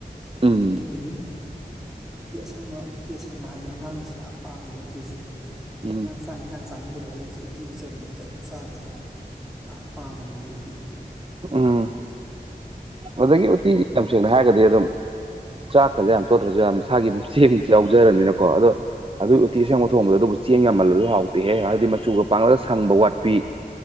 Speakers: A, on the right; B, in the centre.
A: ꯎꯝ
B: ꯑꯗꯨꯒꯤꯅꯤ ꯎꯇꯤ ꯑꯁꯪꯕ ꯎꯇꯤ ꯑꯁꯪꯕ ꯍꯥꯏꯁꯦ ꯑꯉꯥꯡꯅꯁꯨ ꯌꯥꯝ ꯄꯥꯝꯃꯦꯕ ꯎꯇꯤꯁꯦ
A: ꯎꯝ
B: ꯑꯉꯥꯡ ꯆꯥꯛ ꯌꯦꯟꯁꯥꯡ ꯆꯥꯅꯤꯡꯗꯕꯒ ꯂꯩꯕꯕꯁꯦ ꯎꯇꯤ ꯄꯤꯖꯧꯅꯦ ꯃꯣꯏꯗꯤ ꯑꯗꯨꯝ ꯆꯥꯈ꯭ꯔꯗꯧꯅꯦ ꯌꯥꯝ ꯄꯥꯝꯕꯅꯦ ꯃꯣꯏꯗꯤ ꯎꯇꯤ
A: ꯎꯝ ꯑꯗꯒꯤ ꯎꯇꯤꯁꯤ ꯌꯥꯝ ꯁꯦꯡꯅ ꯍꯥꯏꯔꯒꯗꯤ ꯑꯗꯨꯝ ꯆꯥꯛꯀꯁꯦ ꯌꯥꯝ ꯇꯣꯠꯇ꯭ꯔꯁꯨ ꯃꯁꯥꯒꯤ ꯑꯗꯨꯝ ꯆꯦꯡꯁꯨ ꯌꯥꯎꯖꯔꯕꯅꯤꯅꯀꯣ ꯑꯗꯣ ꯑꯗꯨꯏ ꯎꯇꯤ ꯑꯁꯦꯡꯕ ꯊꯣꯡꯕꯗ ꯑꯗꯨꯕꯨ ꯆꯦꯡ ꯌꯥꯝꯃꯜꯂꯁꯨ ꯍꯥꯎꯇꯦꯍꯦ ꯍꯥꯏꯕꯗꯤ ꯃꯆꯨꯒ ꯄꯥꯡꯒꯜꯗ ꯁꯪꯕ ꯋꯥꯠꯄꯤ